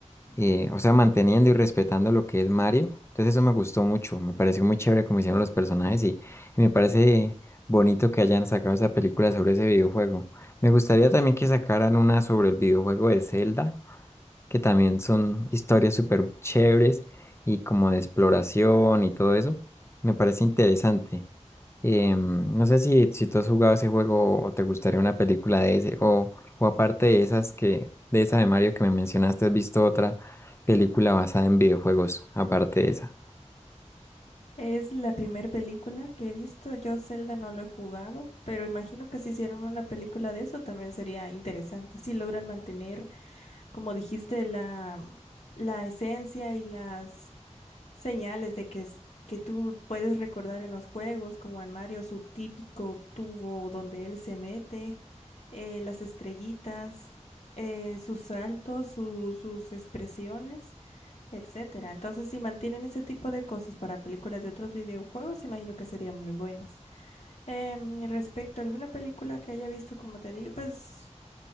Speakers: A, on the left; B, on the left.
A: Eh, o sea, manteniendo y respetando lo que es Mario. Entonces eso me gustó mucho, me pareció muy chévere como hicieron los personajes y, y me parece bonito que hayan sacado esa película sobre ese videojuego. Me gustaría también que sacaran una sobre el videojuego de Zelda que también son historias súper chéveres y como de exploración y todo eso. Me parece interesante. Em, no sé si, si tú has jugado ese juego o te gustaría una película de ese, o, o aparte de esas que, de esa de Mario que me mencionaste, ¿has visto otra película basada en videojuegos, aparte de esa?
B: Es la primera película que he visto, yo Zelda no lo he jugado, pero imagino que si hicieran una película de eso también sería interesante, si logran mantener, como dijiste, la, la esencia y las señales de que, es- que tú puedes recordar en los juegos, como en Mario, su típico tubo donde él se mete, eh, las estrellitas, eh, sus saltos, su- sus expresiones, etcétera. Entonces, si mantienen ese tipo de cosas para películas de otros videojuegos, imagino que serían muy buenas. Em, respecto a alguna película que haya visto, como te digo, pues